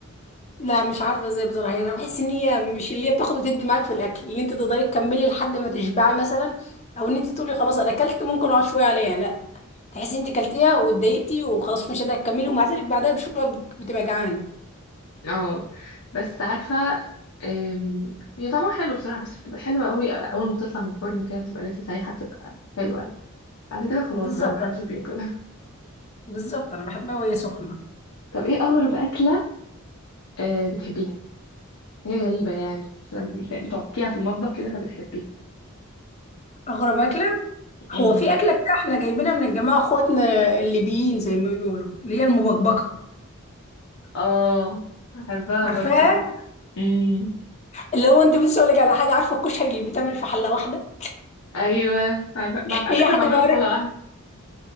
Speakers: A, on the left; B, on the left.
A: لا مش عارفه ازاي بصراحه يعني انا بحس ان هي مش اللي هي بتاخد وتدي معاك في الاكل اللي انت تقدري تكملي لحد ما تشبعي مثلا او ان انت تقولي خلاص انا اكلت ممكن اقعد شويه عليها لا تحسي انت كلتيها واتضايقتي وخلاص مش قادره تكملي ومع ذلك بعدها بشويه بتبقى جعانه
B: اه بس عارفة أم، هي طعمها حلو بصراحة بس بتبقى حلوة قوي اول ما بتطلع من الفرن كده بتبقى لسه سايحة بتبقى حلوة يعني بعد كده خلاص
A: بالظبط
B: بقى محدش بياكل <laughs>
A: بالظبط انا بحبها وهي سخنه
B: طب ايه اغرب اكلة أه، بتحبيها هي غريبة يعني بس بت- بتعكيها في المطبخ كده فبتحبيها
A: اغرب اكله هو
B: امم
A: في اكله كده احنا جايبينها من الجماعه اخواتنا الليبيين زي ما بيقولوا اللي هي المبكبكه
B: اه بحبها
A: عارفاها
B: برضو دي امم
A: اللي هو انت بصي اقول لك على حاجه عارفه الكشري اللي بيتعمل في حله واحده
B: ايوه عارفة بعم-
A: <laughs>
B: على
A: هي
B: فكره
A: حاجه
B: بعمله
A: بقى
B: في حلقه واحده